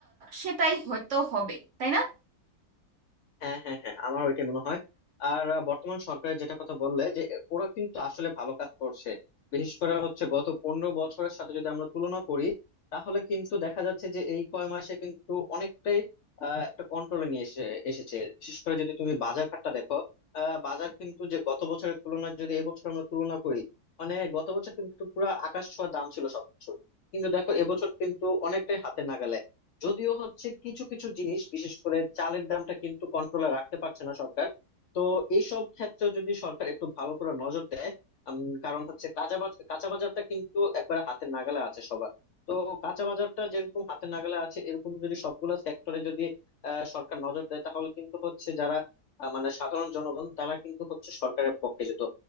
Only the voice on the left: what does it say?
হ্যাঁ হ্যাঁ হ্যাঁ আমার ওইটাই মনে হয় আর আহ, বর্তমান সরকারের যেটা কথা বললে যে ওরা কিন্তু আসলে ভালো কাজ করছে বিশেষ করে হচ্ছে গত পনেরো বছরের সাথে যদি আমরা তুলনা করি তাহলে কিন্তু দেখা যাচ্ছে যে এই কয় মাসে কিন্তু অনেকটাই আহ, একটা কন্ট্রোলে নিয়ে এসে এসেছে বিশেষ করে যদি তুমি বাজার ঘাটটা দেখো আহ, বাজার কিন্তু যে গত বছরের তুলনায় যদি এবছর আমরা তুলনা করি মানে গত বছর কিন্তু পুরো আকাশ ছোঁয়া দাম ছিল সবকিছু কিন্তু দেখো এবছর কিন্তু অনেকটাই হাতে নাগালে যদিও হচ্ছে কিছু কিছু জিনিস বিশেষ করে চালের দামটা কিন্তু কন্ট্রোলে রাখতে পারছে না সরকার তো এইসব ক্ষেত্রে যদি সরকার একটু ভালো করে নজর দেয় উম, কারণ হচ্ছে কাঁচা বাজার কাঁচা বাজারটা কিন্তু একবারে হাতের নাগালে আছে সবার তো কাঁচা বাজারটা যেরকম হাতের নাগালে আছে এরকম যদি সবগুলো সেক্টরে যদি আহ, সরকার নজর দেয় তাহলে কিন্তু হচ্ছে যারা আহ, মানে সাধারণ জনগণ তারা কিন্তু হচ্ছে সরকারের পক্ষে যেত